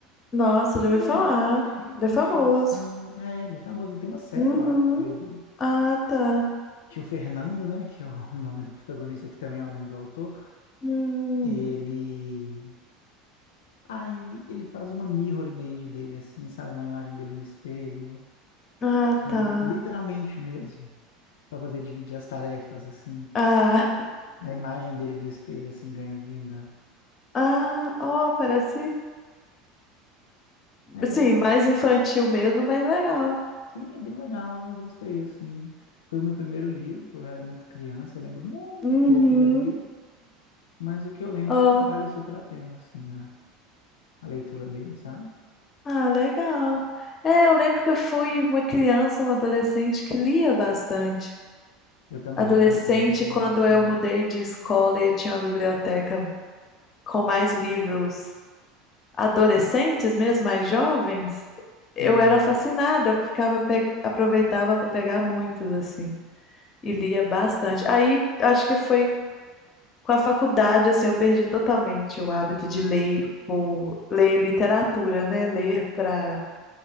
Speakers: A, on the left (about 35°); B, on the left (about 85°).
A: Nossa, já
B: Ele
A: ouvi falar.
B: é, ele é bem infantil,
A: Ele é famoso.
B: assim. É, ele é famoso. Ele Tem uma série,
A: Uhum.
B: eu acho, dele.
A: Ah, tá.
B: que o Fernando, né, que é o <laughs> nome do protagonista, que também é o nome do autor,
A: Hum.
B: ele... Ah, ele, ele faz uma mirror image dele, assim, sabe? Uma imagem dele no espelho,
A: Ah,
B: que
A: tá.
B: literalmente mesmo, para poder dividir as tarefas, assim.
A: Ah,
B: A imagem dele do espelho, assim, ganha vida.
A: <laughs> ah, ó, parece.
B: É
A: Sim,
B: bem...
A: mais infantil mesmo, mas legal.
B: Sim, é bem legal, eu gostei, assim. Foi o meu primeiro livro, eu era muito criança, eu lembro muito
A: Uhum.
B: pouco do livro, mas o que eu lembro
A: Ó.
B: é que vale super a pena, assim, a, a leitura dele, sabe?
A: Ah, legal. É, eu lembro que eu fui uma criança, uma adolescente que lia bastante.
B: Eu também,
A: Adolescente,
B: eu fui uma criança que lia
A: quando
B: bastante.
A: eu mudei de escola e tinha uma biblioteca com mais livros adolescentes mesmo, mais jovens, eu
B: Sim,
A: era fascinada, eu ficava pe- aproveitava para pegar muitos assim e lia bastante. Aí acho que foi com a faculdade assim, eu perdi totalmente o hábito de ler, por ler literatura, né? Ler para